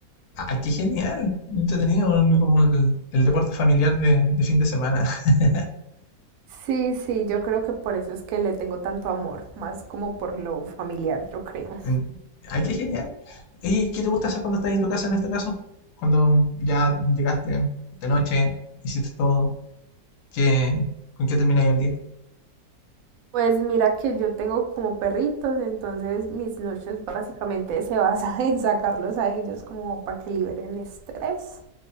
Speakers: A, on the left; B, on the right.
A: ah, qué genial! Entretenido, como el, el deporte familiar de de fin de semana. <laughs>
B: Sí, sí, yo creo que por eso es que le tengo tanto amor, más como por lo familiar, yo creo.
A: En- Ay, qué genial. ¿Y qué te gusta hacer cuando estás en tu casa en este caso? Cuando ya llegaste de noche, hiciste todo, ¿qué, con qué termináis el día?
B: Pues mira que yo tengo como perritos, entonces mis noches básicamente se basan <laughs> en sacarlos a ellos como para que liberen estrés